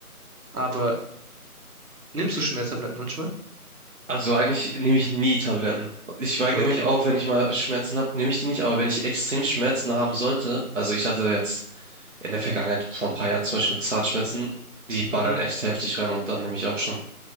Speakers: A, on the right; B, on the right.
A: aber nimmst du Schmerztabletten manchmal?
B: Also eigentlich nehme ich nie Tabletten. Ich weigere
A: Okay.
B: mich auch, wenn ich mal Schmerzen habe, nehme ich die nicht. Aber wenn ich extrem Schmerzen haben sollte, also ich hatte jetzt in der Vergangenheit vor ein paar Jahren zum Beispiel mit Zahnschmerzen, die ballern
A: Mhm.
B: echt heftig rein und dann nehme ich auch schon